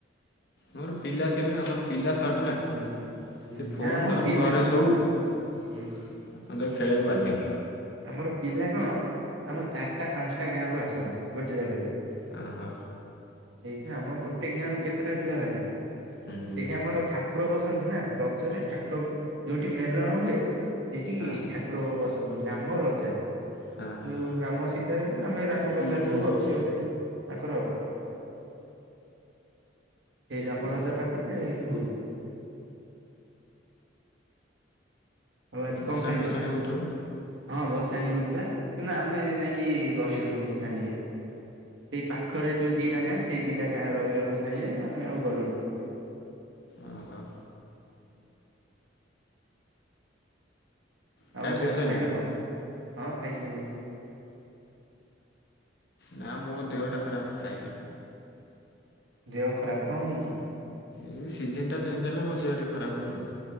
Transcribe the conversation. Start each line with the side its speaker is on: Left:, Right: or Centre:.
Left: ମୋର ପିଲା ଥିବେ ଆମର। ପିଲା ସଟ୍ ନା ସେ
Right: ହୁଁ ହୁଁ
Left: ଫୋନ୍
Right: ନା ଆମ
Left: ଧରୁ
Right: ପିଲା
Left: ଘରେ
Right: ଆମ
Left: ଶୋଉ। ହଁ
Right: ହୁଁ।
Left: ତ ଖେଳିବାକୁ ବାଧ୍ୟ।
Right: ଆମର ପିଲା କଣ ଆମ ଚାରିଟା ପାଞ୍ଚଟା ଗାଁ ରୁ ଆସନ୍ତି ଗୋଟେ ଜାଗାକୁ।
Left: ଓହୋ
Right: ସେଇଠା ଆମ ଗୋଟେ ଗାଁରୁ କେତେଟା ପିଲା ଭାରିବେ।
Left: ହୁଁ
Right: ସେଇଠି ଆମର ଠାକୁର ବସନ୍ତି ନା ରଜରେ ଠାକୁର ଯୋଉଠି ମେଲଣ ହୁଏ। ସେଇଠିକି
Left: ହଁ
Right: ଠାକୁର ବସନ୍ତି ରାମ ରଜା।
Left: ହଁ ହଁ
Right: ଯଉ ରାମ ସୀତାଉ ଆମେ ରାମ
Left: ହୁଁ
Right: ରଜା
Left: ହୁଁ
Right: କହୁ ଆଉ
Left: ହୁଁ
Right: ସଏ ଗୋଟେ ତାଙ୍କର ଆଉ। ସେଇ ଆମ
Left: ଓ
Right: ରଜା ପାଖରେ ହୁଏ। ହଉ ଆଜି କଣ
Left: ଭସାଣି
Right: ଖାଇଲ।
Left: ଭସାଣି ହେଉଥିବ
Right: ହଁ ଭସାଣିୀ ହଉଥିଲା କିନ୍ତୁ ଆମେ ଯାଇକି ରହିଲୁନି ଭସାଣିୀରେ। ସେଇ ପାଖରେ ଯୋଉ ଦିଟା ଗାଁ ସେଇ ଦିଟା ଗାଁ ରହିଲ ଭସାଣି ରେ ଆମେ ଆଉ ଗଲୁନି।
Left: ଓହୋ। ଖାଇବା
Right: ଆଉ
Left: ପିଇବା
Right: ଆଜି
Left: ସରିଲାଣି
Right: ଖାଇଲ କଣ ହଁ ଖାଇସାଇଲିନି।
Left: ନା ମୋ ଦେହଟା ଖରାପ ଖାଇନି।
Right: ଦେହ ଖରାପ କଣ ହେଇଛି।
Left: ଏଇ ସିଜନ ଟା ଚେଞ୍ଜ ହେଲେ ମୋ ଦେହ ଟିକେ ଖରାପ ହୁଏ ଆଉ।